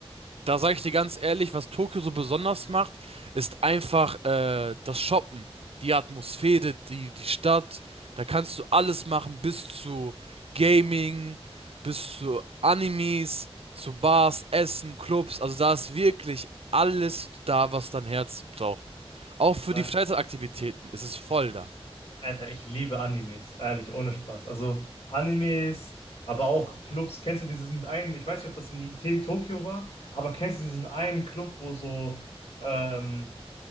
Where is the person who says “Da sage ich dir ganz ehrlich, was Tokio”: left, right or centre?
Right